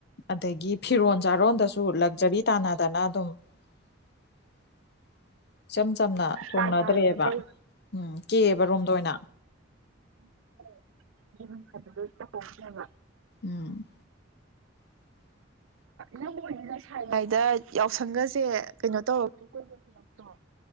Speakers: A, on the left; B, on the right.
A: ꯑꯗꯒꯤ ꯐꯤꯔꯣꯟ ꯆꯥꯔꯣꯟꯗꯁꯨ ꯂꯛꯖꯔꯤ ꯇꯥꯅꯗꯅ ꯑꯗꯨꯝ <inaudible> ꯏꯆꯝ ꯆꯝꯅ ꯊꯣꯡꯅꯗ꯭ꯔꯦꯕ
B: ꯇꯥꯟꯅꯔ ꯂꯩ
A: ꯎꯝ ꯀꯦꯕ ꯔꯣꯝꯗ ꯑꯣꯏꯅ
B: <unintelligible>
A: ꯎꯝ <inaudible>
B: ꯅꯪꯕꯨ ꯂꯩꯁꯥꯔꯤꯉꯩꯗ ꯌꯥꯎꯁꯪꯒꯖꯦ ꯀꯩꯅꯣ ꯇꯧꯔꯛꯇ꯭ꯔꯣ ꯀꯣꯏꯕꯒ ꯆꯠꯔꯛꯇ꯭ꯔꯣ